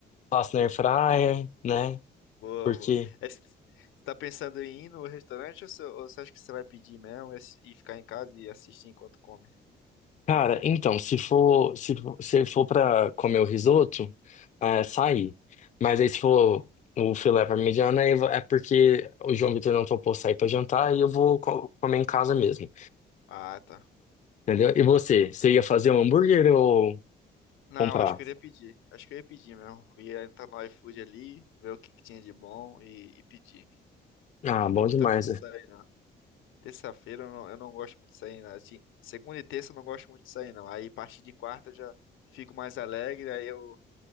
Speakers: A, on the left (about 40°); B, on the left (about 80°).
A: Faço na air fryer, né?
B: boa,
A: Porque,
B: boa. É, Você tá pensando em ir no restaurante ou você, ou você acha que você vai pedir mesmo e assi- e ficar em casa e assistir enquanto come?
A: cara, então, se for, se, for- se for pra comer o risoto, é sair. Mas aí se for o filé parmegiana, aí vo- é porque o João Vitor não topou sair pra jantar e eu vou co- comer em casa mesmo.
B: Ah, tá.
A: Entendeu? E você? Você ia fazer um hambúrguer ou
B: Não,
A: comprar?
B: eu acho que eu ia pedir. Acho que eu ia pedir mesmo. Ia entrar no iFood ali, ver o que que tinha de bom e, e pedir.
A: Ah,
B: Hoje não
A: bom
B: tô muito
A: demais.
B: afim de
A: né?
B: sair, não. Terça-feira eu não, eu não gosto muito de sair, não. Assim, segunda e terça eu não gosto muito de sair, não. Aí, a partir de quarta eu já fico mais alegre, aí eu